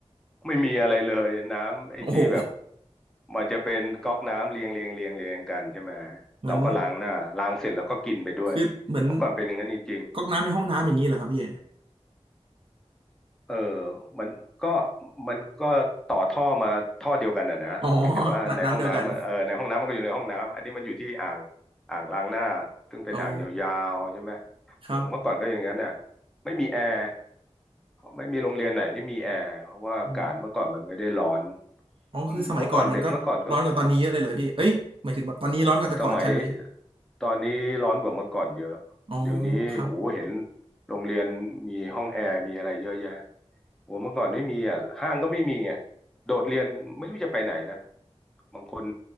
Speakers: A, in the centre; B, on the right.
A: ไม่มีอะไรเลยน้ำไอ้ที่แบบ
B: โอ้โห
A: มันจะเป็นก๊อกน้ำเรียงเรียงเรียงเรียงกันใช่ไหม
B: เหมือน
A: เราก็ล้างหน้าล้างเสร็จแล้วก็กินไปด้วยเมื่อก่อนเป็นอย่างนั้นจริง
B: คือเหมือนก๊อกน้ำในห้องน้ำอย่างนี้เหรอครับพี่
A: เออมันก็มันก็ต่อท่อมาท่อเดียวกันอ่ะนะเพียงแต่ว่าในห้องน้ำมันเออในห้องน้ำมันก็อยู่ในห้องน้ำอันนี้มันอยู่ที่อ่าง
B: อ๋อน้ำน้ำเดียวกัน
A: อ่างล้างหน้าซึ่งเป็นอ่างยาวๆใช่ไหม
B: อ๋อ
A: เออเมื่อก่อนก็อย่างนั้นน่ะ
B: ครั
A: ไม่มีแอร์ไม่มีโรงเรียนไหนที่มีแอร์เพราะว่าอากาศเมื่อก่อนมันไม่ได้ร้อน
B: บ อ๋อคือสมัยก่อนมันก็ร้อนกว่าตอนนี้เยอะเลยเหรอพี่เอ้ยหมายถึงแบบตอนนี้ร้อนกว่าแต่ก่อนใช่ไหม
A: อืมเมื่อก่อนเด็กเมื่อก่อนก็สมัยตอนนี้ร้อนกว่าเมื่อก่อนเยอะ
B: อ๋อ
A: เดี๋ยวนี้โหเห็น
B: ครับ
A: โรงเรียนมีห้องแอร์มีอะไรเยอะแยะ โอ้เมื่อก่อนไม่มีอ่ะห้างก็ไม่มีอ่ะโดดเรียนไม่รู้จะไปไหนนะ บางคน